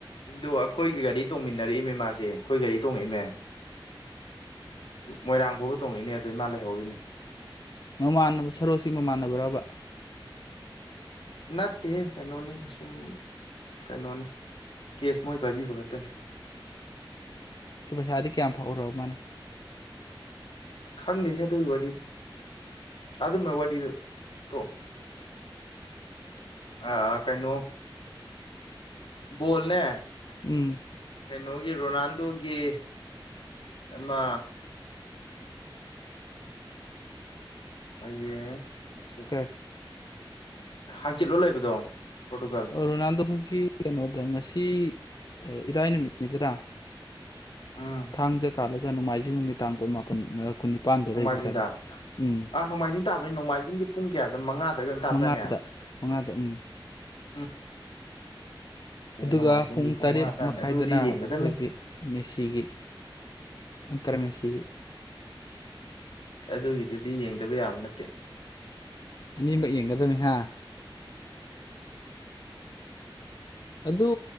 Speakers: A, on the left; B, on the left.
A: ꯑꯗꯣ ꯑꯩꯈꯣꯏꯒꯤ ꯒꯥꯔꯤ ꯇꯣꯡꯃꯤꯟꯅꯔꯛꯏꯃꯦ ꯃꯥꯁꯦ ꯑꯩꯈꯣꯏ ꯒꯥꯔꯤ ꯇꯣꯡꯉꯛꯏꯃꯦ ꯃꯣꯏꯔꯥꯡ ꯐꯥꯎꯕ ꯇꯣꯡꯉꯏꯅꯦ ꯑꯗꯨꯏ ꯃꯥ ꯂꯩꯍꯧꯔꯤꯅꯦ
B: ꯃꯃꯥꯟꯅꯕ ꯁꯔꯣꯁꯤ ꯃꯃꯥꯟꯅꯕ꯭ꯔꯕ
A: ꯅꯅꯥꯠꯇ ꯀꯩꯅꯣꯅꯤ ꯊ ꯁꯨꯝ ꯀꯩꯅꯣꯅꯤ ꯀꯦꯁ ꯃꯣꯏ ꯄꯥꯏꯕꯤꯕ ꯈꯛꯇꯅꯤ
B: ꯎ ꯄꯩꯁꯥꯗꯤ ꯀꯌꯥꯝ ꯐꯥꯎꯎꯔꯕ ꯃꯥꯅ
A: ꯈꯪꯗꯦꯁꯦ ꯑꯗꯨꯒꯤ ꯋꯥꯔꯤꯗ ꯑꯗꯨꯝꯕꯥꯏ ꯋꯥꯔꯤꯗꯨꯣ ꯑꯥ ꯀꯩꯅꯣ ꯣꯜꯅꯦ
B: ꯎꯝ
A: ꯀꯩꯅꯣꯒꯤ ꯔꯣꯅꯥꯜꯗꯣꯒꯤ ꯑꯃ ꯑꯌꯦꯁꯤꯠ
B: ꯀꯩ
A: ꯍꯥꯡꯆꯤꯠꯂꯣ ꯂꯩꯕꯗꯣ ꯄꯣꯔꯇꯨꯒꯜ
B: ꯔꯣꯅꯥꯜꯗꯣꯈꯣꯏꯒꯤ ꯀꯩꯅꯣꯗ ꯉꯁꯤ ꯏꯔꯥꯏ ꯅꯨꯃꯤꯠꯅꯤꯗꯔ
A: ꯎꯝ
B: ꯊꯥꯡꯖꯥ ꯀꯥꯂꯒ ꯅꯣꯡꯃꯥꯏꯖꯤꯡ ꯅꯨꯃꯤꯠ ꯇꯥꯡ ꯀꯨꯟꯃꯄꯟ ꯀꯨꯟꯅꯤꯄꯥꯟꯗ
A: ꯅꯣꯡꯃꯥꯏꯖꯤꯡꯗ
B: ꯂꯩꯕ ꯍꯥꯏꯇꯥꯔꯦ ꯎꯝ
A: ꯑꯥ ꯅꯣꯡꯃꯥꯏꯖꯤꯡ ꯇꯥꯕꯅꯤ ꯅꯣꯡꯃꯥꯏꯖꯤꯡꯁꯦ ꯄꯨꯡ ꯀꯌꯥꯗꯅ ꯃꯉꯥꯗꯒꯤ ꯑꯣꯏꯅ ꯇꯥꯇꯅꯦ
B: ꯃꯉꯥꯗ ꯃꯉꯥꯗ ꯎꯝ
A: <inaudible>
B: ꯑꯗꯨꯒ
A: ꯅꯣꯡꯃꯥꯏꯖꯤꯡꯒꯤ
B: ꯄꯨꯡ ꯇꯔꯦꯠ
A: ꯃꯉꯥ ꯇꯥꯕꯅꯤ
B: ꯃꯈꯥꯏꯗꯅ
A: ꯑꯗꯨꯗꯤ ꯌꯦꯡꯒꯗꯝꯅꯤ
B: ꯑꯩꯈꯣꯏꯒꯤ ꯃꯦꯁꯤꯒꯤ ꯀꯔꯃꯦꯁꯤ
A: ꯁ ꯑꯗꯨꯒꯤꯗꯨꯗꯤ ꯌꯦꯡꯗꯕ ꯌꯥꯕ ꯅꯠꯇꯦ
B: ꯑꯅꯤꯃꯛ ꯌꯦꯡꯒꯗꯅꯤꯍ ꯑꯗꯨ